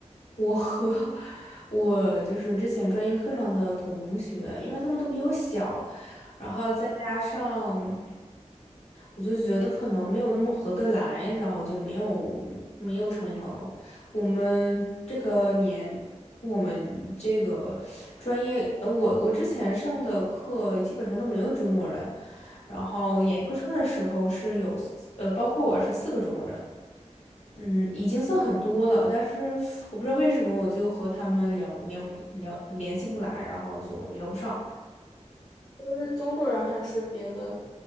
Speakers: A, on the left; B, on the left.
A: 我和 <laughs> 我就是之前专业课上的同学，因为他们都比我小，然后再加上，我就觉得可能没有那么合得来，然后就没有没有成为朋友。我们这个年，我们这个专业，呃，我我之前上的课基本上都没有中国人，然后研究生的时候是有四呃，包括我是四个中国人。嗯，已经算很多了，但是我不知道为什么我就和他们聊聊不聊联系不来，然后就聊不上
B: 就是中国人还是别的